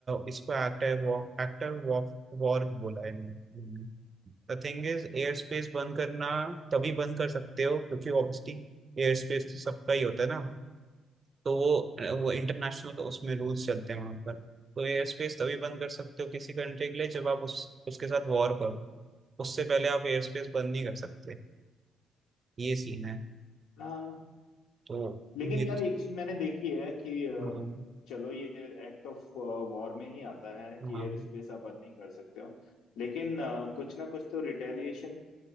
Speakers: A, on the right; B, on the left.
A: इसको active war active war war बोला है इन्होंने The thing is air space बंद करना तभी बंद कर सकते हो क्योंकि ऑब्वियसली एयर स्पेस तो सबका ही होता है ना तो वो वो इंटरनेशनल का उसमें रूल्स चलते हैं वहां पर तो एयर स्पेस तभी बंद कर सकते हो किसी कंट्री के लिए जब आप उस उसके साथ वॉर करो उससे पहले आप एयर स्पेस बंद नहीं कर सकते ये सीन है
B: हाँ
A: तो
B: लेकिन
A: ये
B: यार
A: तो,
B: एक चीज मैंने देखी है कि अ,
A: हाँ
B: चलो ये एक्ट ऑफ वॉर में ही आता है कि
A: हाँ
B: एयर स्पेस आप बंद नहीं कर सकते हो लेकिन अ, कुछ ना कुछ तो रिटेलिएशन